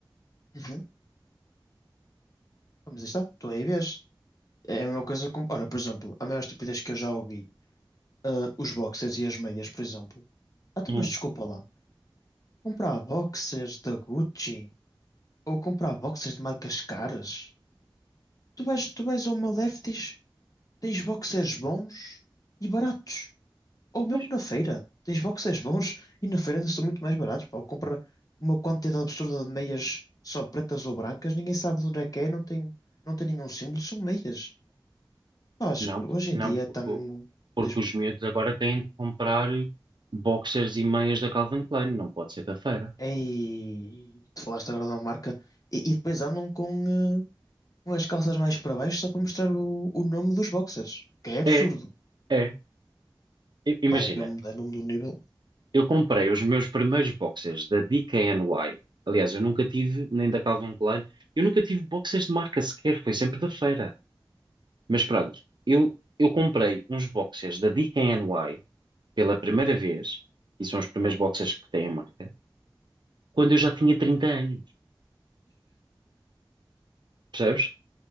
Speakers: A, on the left; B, on the right.
A: Uhum. Mas aí está, tu aí vês. É a mesma coisa como. Olha, por exemplo, a maior estupidez que eu já ouvi, ah, os boxers e as meias, por exemplo. Ah, tu,
B: Hum,
A: mas desculpa lá. Comprar boxers da Gucci ou comprar boxers de marcas caras. Tu vais, tu vais a uma Lefties Tens boxers bons e baratos. Ou mesmo
B: Pois,
A: na feira. Tens boxers bons e na feira ainda são muito mais baratos. Pá. Ou comprar uma quantidade absurda de meias só pretas ou brancas, ninguém sabe de onde é que é, não tem, não tem nenhum símbolo, são meias. Pá, acho
B: não,
A: que hoje
B: não,
A: em dia
B: porque,
A: está mesmo.
B: o- porque
A: des-
B: os miúdos agora têm que comprar boxers e meias da Calvin Klein, não pode ser da feira.
A: Ei, tu falaste agora de uma marca. E, e depois andam com, eh, com as calças mais para baixo só para mostrar o, o nome dos boxers. O que é absurdo.
B: É, é. I- Imagina,
A: Pá, é mesmo, é mesmo do nível
B: eu comprei os meus primeiros boxers da DKNY. Aliás, eu nunca tive, nem da Calvin Klein, eu nunca tive boxers de marca sequer, foi sempre da feira. Mas pronto, eu, eu comprei uns boxers da DKNY pela primeira vez, e são os primeiros boxers que têm a marca, quando eu já tinha 30 anos, percebes?